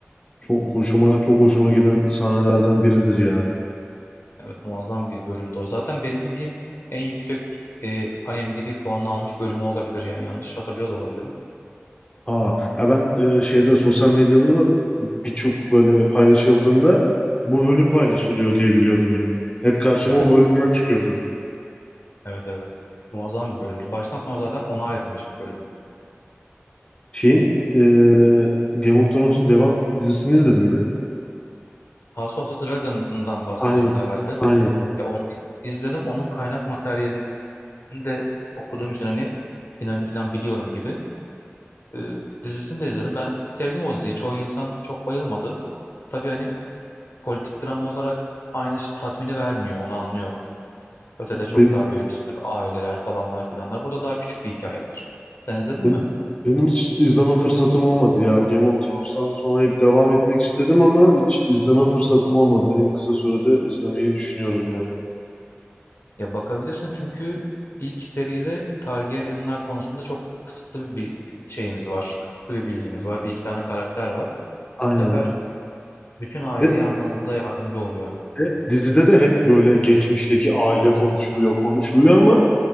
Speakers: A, on the left; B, on the left.
A: çok hoşuma çok hoşuma giden sahnelerden biridir ya.
B: Evet muazzam bir bölümdü o. Zaten benim bildiğim en yüksek e, IMDb puanını almış bölümü olabilir yani yanlış hatırlıyor da olabilirim.
A: Aa, ya ben e, şeyde sosyal medyada da birçok böyle paylaşıldığında bu bölüm paylaşılıyor diye biliyordum yani. Hep karşıma
B: Evet.
A: o bölümler çıkıyordu.
B: Evet evet. Muazzam bir bölümdü. Baştan sona zaten ona ayrılmış bir bölümdü.
A: Şeyin e, Game of Thrones'un devam dizisini izledin mi?
B: House of the Dragon'dan bahsediyorsun
A: Aynen.
B: herhalde.
A: Aynen.
B: Ya onu izledim. Onun kaynak materyalini de okuduğum için hani finalini falan biliyorum gibi. Ee, dizisini de izledim. Ben sevdim o diziyi. Çoğu insan çok bayılmadı. Tabii hani politik drama olarak aynı şey- tatmini vermiyor. Onu anlıyorum. Ötede
A: Yani.
B: çok daha böyle bir sürü aileler falanlar filanlar. Burada daha küçük bir hikaye var. Sen izledin
A: Ben-
B: mi?
A: Benim hiç izleme fırsatım olmadı ya. Game of Thrones'tan sonra hep devam etmek istedim ama hiç izleme fırsatım olmadı. En kısa sürede izlemeyi düşünüyorum yani.
B: Ya bakabilirsin çünkü ilk seride Targaryen'lar konusunda çok kısıtlı bir bir şeyimiz var. Kısıtlı bir bilgimiz var. Bir iki tane karakter var.
A: Aynen.
B: Bu sefer bütün aileyi
A: Ve,
B: anlamamıza yardımcı oluyor.
A: ve dizide de hep böyle geçmişteki aile konuşuluyor, konuşuluyor ama